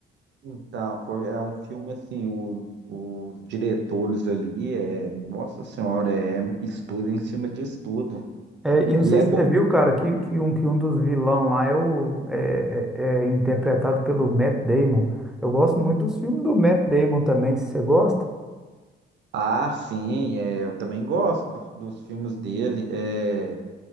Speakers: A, on the right; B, in the centre.
A: Então, foi, é um filme assim, o- os diretores ali, é, nossa senhora, é estudo em cima de estudo.
B: É, e não
A: E
B: sei
A: é
B: se
A: bom.
B: você viu, cara, que, que, um, que um dos vilão lá é, o, é, é- é interpretado pelo Matt Damon. Eu gosto muito dos filmes do Matt Damon também, se você gosta.
A: Ah, sim, é, eu também gosto do- dos filmes dele. É,